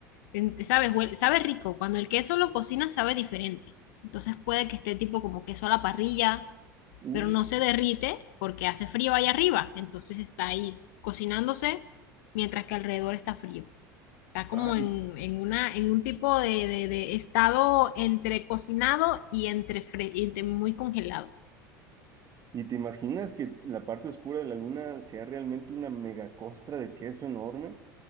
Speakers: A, on the left; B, on the right.
A: en- ¿sabes? Huele- sabe rico. Cuando el queso lo cocina, sabe diferente. Entonces puede que esté tipo como queso a la parrilla,
B: Uh,
A: pero no se derrite porque hace frío ahí arriba. Entonces está ahí cocinándose mientras que alrededor está frío. Está como
B: ay,
A: en, en una, en un tipo de, de- de estado entre cocinado y entre, fre- y entre muy congelado.
B: ¿y te imaginas que la parte oscura de la luna sea realmente una megacostra de queso enorme?